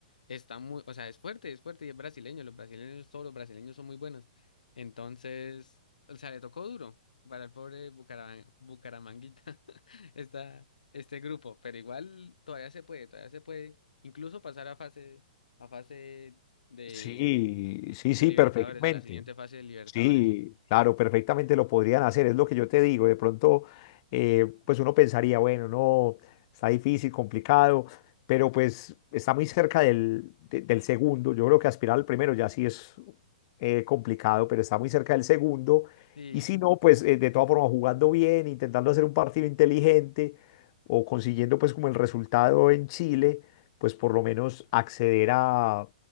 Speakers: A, on the left; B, on the left.
A: está muy, o sea, es fuerte, es fuerte y es brasileño, los brasileños, todos los brasileños son muy buenos. Entonces, o sea, le tocó duro para el pobre Bucaraman- Bucaramanguita <laughs> esta, este grupo, pero igual todavía se puede, todavía se puede incluso pasar a fase, a fase de,
B: sí, sí,
A: de
B: sí,
A: Libertadores,
B: perfectamente.
A: a la siguiente fase de Libertadores.
B: Sí, claro, perfectamente lo podrían hacer, es lo que yo te digo. De pronto, eh, pues uno pensaría, bueno, no, está difícil, complicado, pero pues está muy cerca del, de- del segundo. Yo creo que aspirar al primero ya sí es eh, complicado, pero está muy cerca del segundo.
A: Sí.
B: Y si no, pues eh, de todas formas, jugando bien, intentando hacer un partido inteligente o consiguiendo pues como el resultado en Chile, pues por lo menos acceder a,